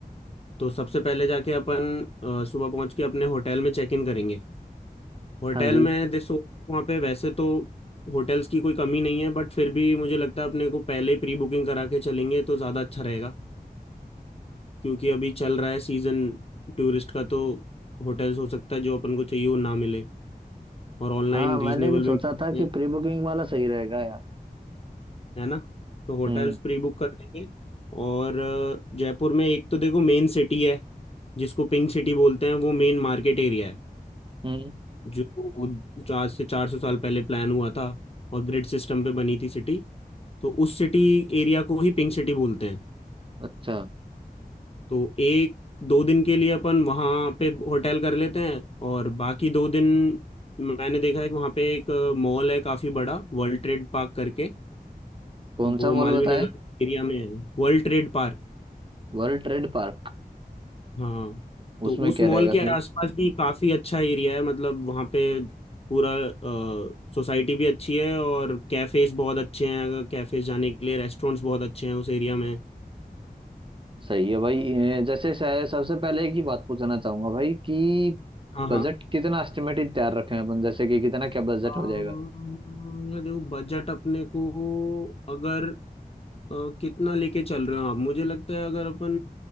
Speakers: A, on the left; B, on the right.
A: तो सबसे पहले जाके अपन अ, सुबह पहुँच के अपने होटल में चेक इन करेंगे होटल
B: हाँ जी
A: में देखो वहाँ पे वैसे तो होटल्स की कोई कमी नहीं है बट फिर भी मुझे लगता है अपने को पहले प्री बुकिंग करा के चलेंगे तो ज़्यादा अच्छा रहेगा क्योंकि अभी चल रहा है सीज़न टूरिस्ट का तो होटल्स हो सकता है जो अपन को चाहिए वो ना मिले और ऑनलाइन
B: हाँ मैंने
A: रीजनेबल
B: भी
A: भी
B: सोचा
A: मिल जाते
B: था कि
A: हैं
B: प्री बुकिंग वाला सही रहेगा यार
A: है ना तो होटल्स
B: हम्म
A: प्री बुक कर लेंगे और अ, जयपुर में एक तो देखो मेन सिटी है जिसको पिंक सिटी बोलते हैं वो मेन मार्केट एरिया है
B: हम्म
A: जो आज से चार सौ साल पहले प्लान हुआ था और ग्रिड सिस्टम पे बनी थी सिटी तो उस सिटी एरिया को ही पिंक सिटी बोलते हैं
B: अच्छा
A: तो एक दो दिन के लिए अपन वहाँ पे होटल कर लेते हैं और बाकी दो दिन मैंने देखा है कि वहाँ पे एक मॉल है काफ़ी बड़ा वर्ल्ड ट्रेड पार्क करके
B: कौन
A: वो
B: सा मॉल
A: मालवीय
B: बताएं
A: नगर एरिया में है वर्ल्ड ट्रेड पार्क
B: World trade park
A: हाँ तो
B: उसमें
A: उस
B: क्या
A: मॉल
B: रहेगा
A: के
B: फिर
A: आसपास भी काफी अच्छा एरिया है मतलब वहाँ पे पूरा सोसाइटी भी अच्छी है और कैफेज बहुत अच्छे हैं अगर कैफेज जाने के लिए रेस्टोरेंट्स बहुत अच्छे हैं उस एरिया में
B: सही है भाई ए, जैसे स- सबसे पहले एक ही बात पूछना चाहूंगा भाई कि
A: हाँ हाँ
B: बजट कितना एस्टिमेटेड तैयार रखें अपन जैसे कि कितना क्या बजट
A: अ,
B: हो जाएगा
A: यार देखो बजट अपने को अगर अ, कितना लेके चल रहे हो आप मुझे लगता है अगर अपन